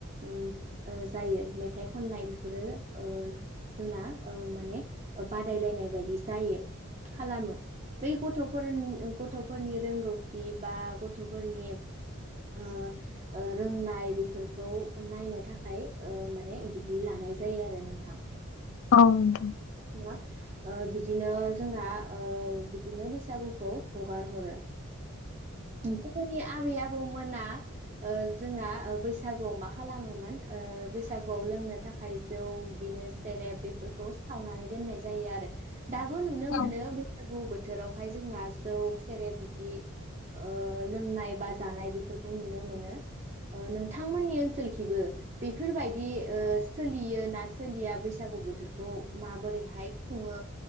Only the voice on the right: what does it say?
उम ओ जायो मेथाइ खननाय बेफोरो ओ जोंना ओ‌ माने बादायलायनाय बायदि जायो खालामो बै गथ'फोरनि गथ'फोरनि रोंगौथि बा गथ'फोरनि ओ ओ रोंनाय बेफोरखौ नायनो थाखाय ओ माने बिदि लानाय जायो आरो नोंथां।
जोङो ओ बिदिनो जोंना ओ बिदिनो बैसागुखौ हगार हरो। <unintelligible> आबै आबौ मोना जोंना बैसागुआव मा खालामोमोन ओ‌ बैसागुआव लोंनो थाखाय जौ बिदिनो सेरेब बे बेफोरखौ सावनानै दोननाय जायो आरो। दाबो नुनो
मोनो बैसागु बोथ बोथोरावहाय जोंना जौ सेरेब बिदि ओ लोंनाय बा जानाय बेफोरखौ नुनो मोनो नोंथांमोननि ओनसोलखिबो बेफोरबायदि ओ सोलियो ना सोलिया बैसागु बोथोर खौ माबोरैहाय खुङो